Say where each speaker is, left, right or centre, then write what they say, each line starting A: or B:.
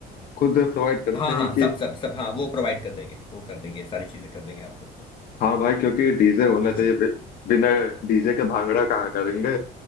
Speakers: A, on the left; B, on the left.
A: खुद प्रोवाइड करते
B: हाँ हाँ
A: हैं कि
B: सब सब सब हाँ वो प्रोवाइड कर देंगे वो कर देंगे सारी चीजें कर देंगे आपको
A: हाँ भाई क्योंकि डीजे होना
B: टीचर
A: चाहिए बि, बिना डीजे के भांगड़ा कहाँ करेंगे